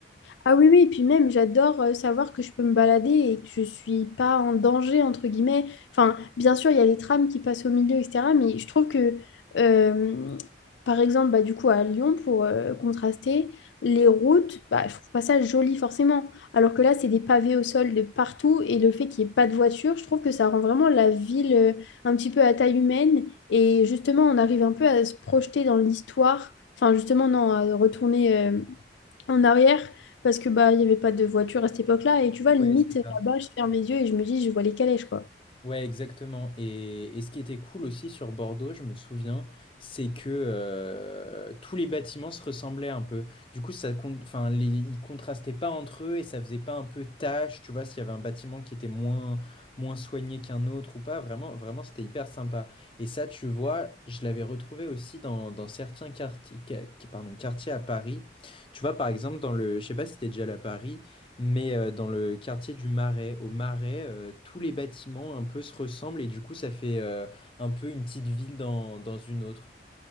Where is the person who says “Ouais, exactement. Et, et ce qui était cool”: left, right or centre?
Left